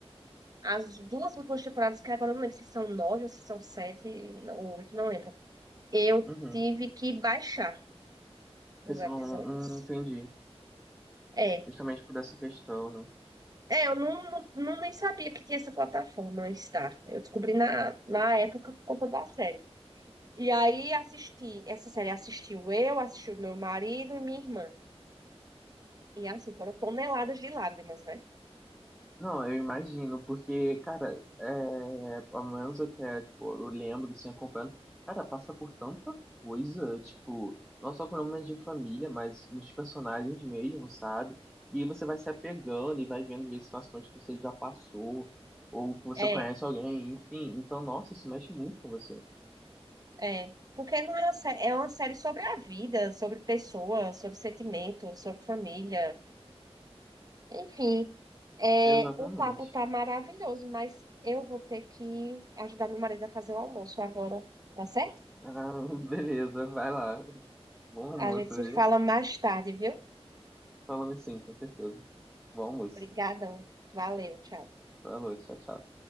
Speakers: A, on the right (about 35°); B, in the centre.
A: As duas últimas temporadas, que agora eu não lembro se são nove ou se são sete, ou oito, não lembro. Eu
B: Uhum.
A: tive que baixar os
B: Questão,
A: episódios.
B: hum, entendi.
A: É.
B: Justamente por essa questão, né?
A: É, eu não, não, não nem sabia que tinha essa plataforma Star. Eu descobri na, na época por conta da série. E aí assisti, essa série assistiu eu, assistiu meu marido e minha irmã. E assim, foram toneladas de lágrimas, né?
B: Não, eu imagino, porque, cara, é, pelo menos até, tipo, eu lembro, assim, acompanhando, cara, passa por tanta coisa, tipo, não só problemas de família, mas nos personagens mesmo, sabe? E aí você vai se apegando e vai vendo, às vezes, situações que você já passou, ou que você
A: É,
B: conhece alguém, enfim. Então, nossa, isso mexe muito com você.
A: é. Porque não é uma série, é uma série sobre a vida, sobre pessoas, sobre sentimentos, sobre família Enfim, é,
B: Exatamente.
A: o papo tá maravilhoso, mas eu vou ter que ajudar meu marido a fazer o almoço agora, tá certo?
B: Ah, <laughs> beleza, vai lá. Bom almoço,
A: A gente se
B: viu?
A: fala mais tarde, viu?
B: Falamos sim, com certeza. Bom almoço.
A: Obrigadão. Valeu, tchau.
B: Falou, tchau, tchau.